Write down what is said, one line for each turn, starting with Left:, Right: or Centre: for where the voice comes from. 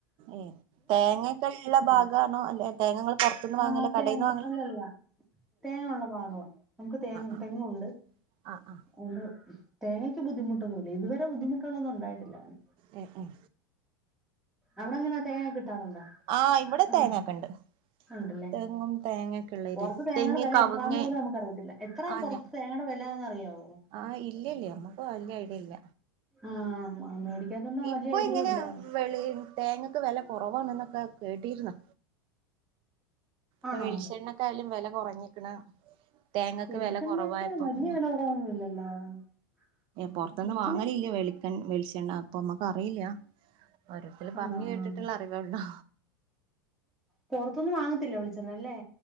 Right: ഏ തേങ്ങെക്കള്ള ഭാഗാണോ അല്ലെ തേങ്ങ ങ്ങൾ പൊർത്ത്ന്ന് വാങ്ങല
Centre: ആ
Right: കടെന്ന്
Centre: തേങ്ങ
Right: വാങ്ങല
Centre: അല്ലല്ല തേങ്ങ ഉള്ള ഭാഗവാ നമുക്ക് തേ
Right: ആഹ്
Centre: തെങ്ങുണ്ട്
Right: ആഹ് ആഹ്
Centre: അതൊ തേങ്ങയ്ക്ക് ബുദ്ധിമുട്ടൊന്നുല്ല ഇതുവരെ ബുദ്ധിമുട്ടുകളൊന്നും ണ്ടായിട്ടില്ല അ
Right: ഉ ഉം
Centre: അവ്ടെ ങ്ങന തേങ്ങ കിട്ടാറുണ്ടോ
Right: ആഹ് ഇവടെ
Centre: ഉം
Right: തേങ്ങക്കെണ്ട്.
Centre: ഉണ്ടല്ലേ
Right: തെങ്ങും തേങ്ങൊക്കെ ഇള്ള ഏരിയ
Centre: പൊറത്ത് തേങ്ങയുടെ
Right: തെങ്ങ്
Centre: വെല
Right: കവുങ്ങ്
Centre: എത്രാന്ന് പോലും നമുക്ക് അറിയത്തില്ല എത്രാ
Right: ആഹ്
Centre: പൊ
Right: ഞാ
Centre: തേങ്ങടെ വെലന്ന്റിയാവോ
Right: ആഹ് ഇല്ല ഇല്ലേ നമ്മുക്ക് വല്യ ഐഡിയ ഇല്ല.
Centre: ആഹ് മേടിക്കാത്തൊണ്ട്
Right: ഇപ്പൊ
Centre: വല്യ ഐഡിയ
Right: ഇങ്ങനെ
Centre: ഇല്ല.
Right: വെളി തേങ്ങക്ക് വെല കൊറവാണ് ന്നൊക്ക കേട്ടിര്ന്ന്
Centre: ആണോ
Right: പ്പ വെളിച്ചെണ്ണ ക്കായാലും വെല കൊറഞ്ഞിക്ക്ണ് തേങ്ങക്ക്
Centre: വെളിച്ചെണ്ണക്ക്
Right: വെല കൊറവായപ്പോ പിന്നെ
Centre: <unintelligible>
Right: പൊർത്ത്ന്ന്
Centre: വെളിച്ചെണ്ണ
Right: വാങ്ങലില്ല വെളിക്ക വിളിച്ചണ്ണ അപ്പ മ്മക്ക് അറിയില്ല. ഓരോരുത്തല് പർഞ്
Centre: ആഹ്
Right: കേട്ടിട്ട്ള്ള അറിവെള്ളു.
Centre: പൊറത്തിന്ന് വാങ്ങത്തില്ല വിളിച്ചണ്ണ ല്ലേ.